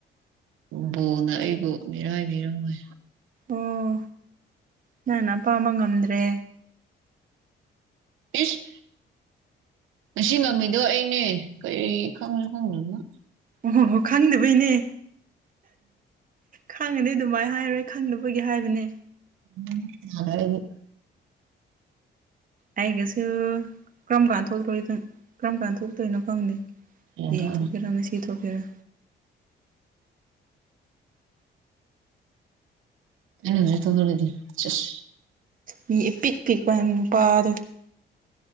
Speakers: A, on the right; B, on the right.
A: ꯕꯣꯜꯅ ꯑꯩꯕꯨ ꯃꯤꯔꯥꯏꯕꯤꯔꯝꯂꯦ
B: ꯑꯣ ꯅꯪꯅ ꯑꯄꯥꯝꯕ ꯉꯝꯗ꯭ꯔꯦ
A: ꯏꯁ ꯉꯁꯤ ꯉꯝꯃꯤꯗꯣ ꯑꯩꯅꯦ ꯀꯔꯤ ꯈꯪꯁꯨ ꯈꯪꯗꯣꯏꯅꯣ
B: ꯑꯣ ꯍꯣ ꯍꯣ ꯈꯪꯗꯕꯩꯅꯦ ꯈꯪꯉꯅꯤ ꯑꯗꯨꯃꯥꯏꯅ ꯍꯥꯏꯔꯣꯏ ꯈꯪꯗꯕꯒꯤ ꯍꯥꯏꯕꯅꯦ
A: <unintelligible>
B: ꯑꯩꯒꯁꯨ ꯀꯔꯝ ꯀꯥꯟꯗ ꯊꯣꯛꯇꯣꯏꯅꯣ ꯀꯔꯝ ꯀꯥꯟꯗ ꯊꯣꯛꯇꯣꯏꯅꯣ ꯈꯪꯗꯦ
A: ꯌꯦꯡꯊꯣꯛꯑꯅꯤ
B: ꯌꯦꯡꯊꯣꯛꯀꯦꯔ ꯉꯁꯤ ꯊꯣꯛꯀꯦꯔ
A: <unintelligible>
B: ꯃꯤ ꯢꯄꯤꯛ ꯄꯤꯛꯄ ꯅꯨꯄꯥ ꯑꯗꯨ